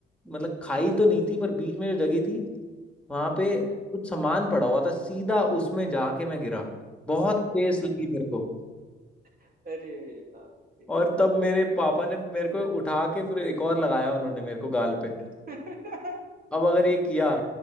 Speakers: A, in the centre; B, on the right (about 45°).
A: मतलब खाई तो नहीं थी पर बीच में जो जगह थी वहां पे
B: हाँ।
A: कुछ सामान पड़ा हुआ था सीधा उसमें जाके मैं गिरा बहुत तेज लगी मेरे को
B: अरे बाप रे
A: और तब मेरे पापा ने मेरे को उठा के फिर एक और लगाया उन्होंने मेरे को गाल पे
B: <laughs>
A: अब अगर ये किया